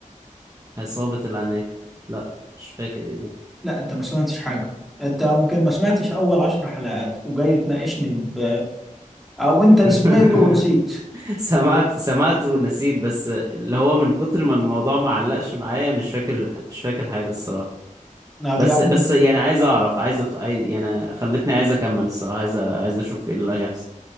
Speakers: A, on the right (about 25°); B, in the centre.
A: عصابة العناكب لا مش فاكر ايه ده
B: لا انت ما سمعتش حاجه انت ممكن ما سمعتش اول عشر حلقات وجاي تناقشني ب... او انت سمعته
A: <laughs>
B: ونسيت
A: سمعت سمعت ونسيت بس اللي هو من كتر ما الموضوع ما علقش معايا مش فاكر مش فاكر حاجة الصراحة
B: طب
A: بس
B: يا عم
A: بس يعني عايز اعرف عايز أتف... عايز- يعني خلتني عايز اكمل الصراحة عايز أ- عايز اشوف ايه اللي هيحصل